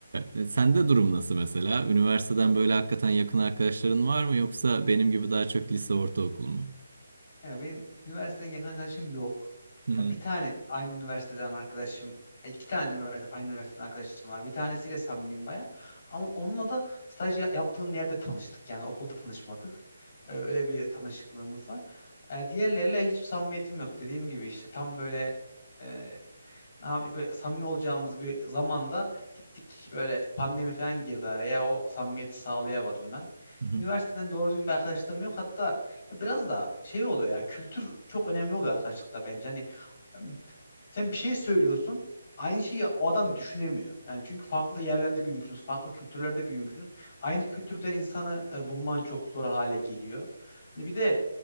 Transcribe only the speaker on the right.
e, sende durum nasıl mesela? Üniversiteden böyle hakikaten yakın arkadaşların var mı yoksa benim gibi daha çok lise ortaokul mu?
Hı hı.
Hı hı.